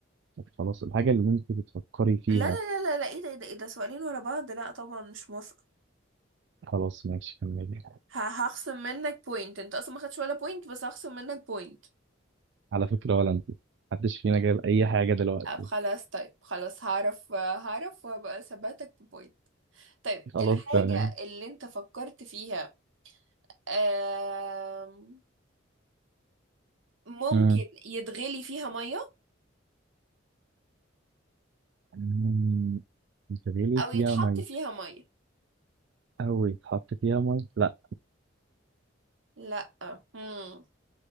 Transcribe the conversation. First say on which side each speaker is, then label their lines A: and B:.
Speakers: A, on the right; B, on the right.
A: طب خلاص الحاجه اللي انت بتفكري فيها
B: لا لا لا لا لا ايه ده ايه ده ايه ده سؤالين ورا بعض لا طبعا مش موافقة
A: خلاص ماشي كملي
B: ه- هخصم منك بوينت انت اصلا ما خدتش ولا بوينت بس هخصم منك بوينت
A: على فكره ولا انت محدش فينا جايب اي حاجه دلوقتي
B: طب خلاص طيب خلاص هعرف هعرف وهبقى ثباتك ببوينت طيب
A: خلاص
B: الحاجة
A: تمام
B: اللي انت فكرت فيها آم، ممكن
A: مم.
B: يتغلي فيها مية
A: مم. انت بالي
B: او يتحط
A: فيها ميه
B: فيها مية
A: او يتحط فيها ميه لا
B: لا امم